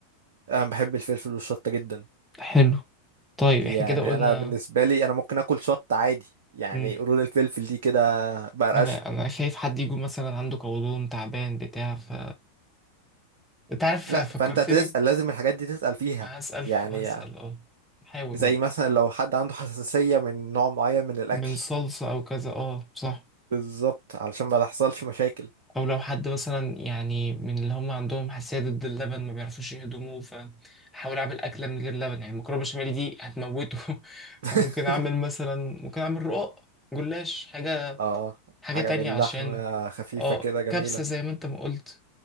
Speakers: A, on the right; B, in the centre.
A: أنا بحب الفلفل والشطة جدا
B: حلو طيب
A: يعني
B: احنا كده قلنا
A: أنا بالنسبة لي أنا ممكن آكل شطة عادي يعني
B: مم.
A: قرود الفلفل دي كده بقرقشها
B: ما انا انا خايف حد يكون مثلا عنده قولون تعبان بتاع ف انت عارف
A: لا
B: فكرتني
A: فأنت تسأل لازم الحاجات دي تسأل فيها
B: هسال
A: يعني
B: هسال اه حاول
A: زي
B: برضه
A: مثلا لو حد عنده حساسية من نوع معين من الأكل
B: من صلصه او كذا اه صح
A: بالظبط علشان ما تحصلش مشاكل
B: او لو حد مثلا يعني من اللي هم عندهم حساسيه ضد اللبن ما بيعرفوش يهضموه فحاول اعمل اكله من غير لبن يعني المكرونه بشاميل دي هتموته <laughs>
A: <laughs>
B: فممكن اعمل مثلا ممكن اعمل رقاق جلاش حاجه
A: اه
B: حاجه
A: حاجة
B: تانية
A: باللحمة
B: عشان
A: خفيفة
B: اه
A: كده جميلة
B: كبسه زي ما انت ما قلت